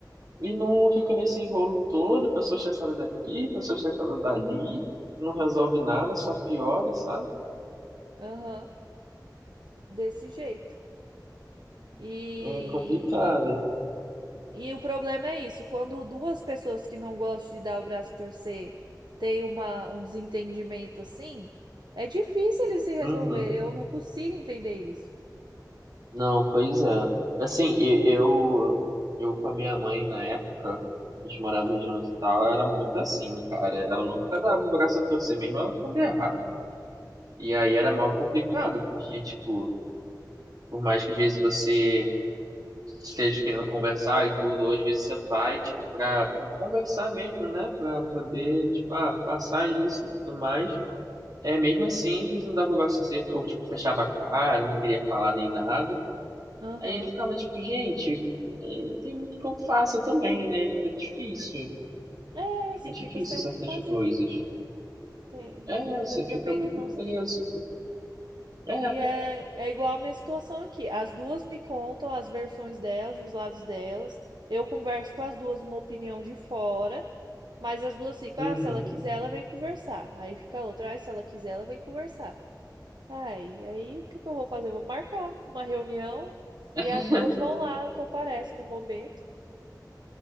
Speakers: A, on the right; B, on the right.
A: e não fica nesse enrolo todo, pessoa estressada daqui, pessoa estressada dali, não resolve nada, só piora, sabe?
B: Aham, desse jeito. E
A: É complicado.
B: E o problema é isso, quando duas pessoas que não gostam de dar o braço a torcer têm uma, um desentendimento assim, é difícil eles se resolverem.
A: Uhum.
B: Eu não consigo entender isso.
A: Não, pois é. Assim, e- eu, eu com a minha mãe na época, a gente morava junto e tal, era muito assim, cara. Ela nunca dava o braço a torcer, mesmo ela quando é errado. E aí era mal complicado, porque, tipo, por mais que às vezes você esteja querendo conversar e tudo, ou às vezes você vai, tipo, pra, pra conversar mesmo, né? Pra poder, tipo, ah, passar isso e tudo mais. É, mesmo assim, às vezes não dava o braço a torcer, ou, tipo, fechava a cara, não queria falar nem nada.
B: Aham.
A: Aí ele ficava tipo, gente, eh, não tem muito que eu faça também, né? Fica difícil.
B: É,
A: Fica
B: você
A: difícil
B: fica sem
A: certas
B: o que fazer.
A: coisas.
B: Tem-
A: É, você
B: você fica
A: fica
B: meio
A: muito
B: de mãos
A: preso.
B: atadas.
A: É,
B: E é, é igual a minha situação aqui. As duas me contam as versões delas, os lados delas. Eu converso com as duas uma opinião de fora, mas as duas ficam,
A: uhum.
B: ah, se ela quiser, ela vem conversar. Aí fica a outra, ah, se ela quiser, ela vem conversar. Ai, aí o que que eu vou fazer? Eu vou marcar uma reunião e
A: <laughs>
B: as duas vão lá, comparecem no momento,